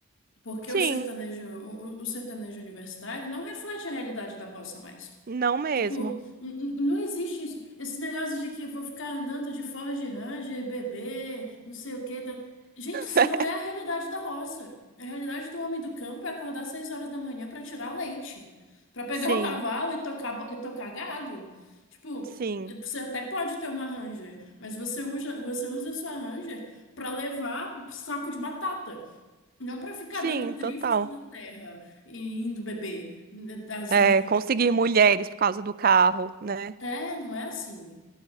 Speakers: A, on the left; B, on the right.
A: Porque
B: Sim.
A: o sertanejo, o, o- o sertanejo universitário não reflete a realidade da roça mais.
B: Não mesmo.
A: Tipo, n- n- não existe isso. Esses negócios de que vou ficar andando de Ford Ranger, bebê, não sei o que Tá... Gente, isso
B: <laughs>
A: não é a realidade da roça. A realidade do homem do campo é acordar às seis horas da manhã pra tirar leite, Pra pegar
B: Sim,
A: o cavalo e tocar, bo- e tocar gado. Tipo,
B: sim,
A: você até pode ter uma Ranger, mas você usa, você usa a sua Ranger pra levar saco de batata, não pra ficar
B: sim,
A: dando drift
B: total.
A: na terra e indo beber né, às
B: É,
A: 11 horas
B: conseguir
A: da noite.
B: mulheres por causa do carro, né?
A: É, não é assim.